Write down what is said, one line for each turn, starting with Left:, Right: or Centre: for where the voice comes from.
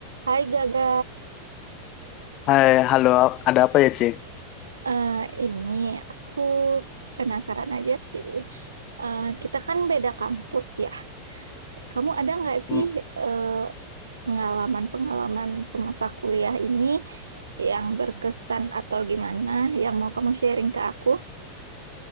Right: Hai Gaga,
Left: Hai, halo, ada apa ya, Ci?
Right: Eh, ini aku penasaran aja sih. Eh, kita kan beda kampus ya. Kamu ada nggak sih
Left: Hmm,
Right: eh, pengalaman-pengalaman semasa kuliah ini yang berkesan atau gimana yang mau kamu sharing ke aku?